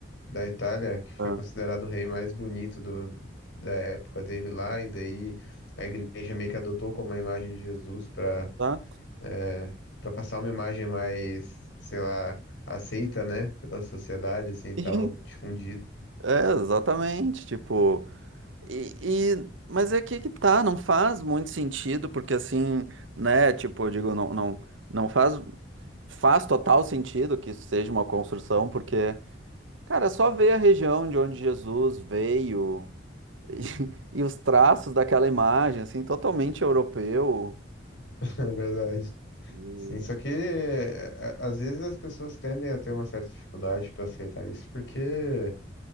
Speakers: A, on the left; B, on the right.
A: da Itália, que foi
B: Ah,
A: considerado o rei mais bonito do, da época dele lá, e daí a igreja meio que adotou como a imagem de Jesus para
B: tá.
A: é, para passar uma imagem mais, sei lá, aceita, né, pela sociedade, assim, e tal,
B: <laughs> Sim,
A: difundida,
B: é, exatamente. Tipo. E, e- mas é que que tá, não faz muito sentido, porque assim, né, tipo, eu digo, não, não, não faz, faz total sentido que isso seja uma construção, porque, cara, é só ver a região de onde Jesus veio <laughs> e, e os traços daquela imagem, assim, totalmente europeu.
A: <laughs> na verdade.
B: E,
A: Sim, só que é, é, às vezes as pessoas tendem a ter uma certa dificuldade para aceitar isso, porque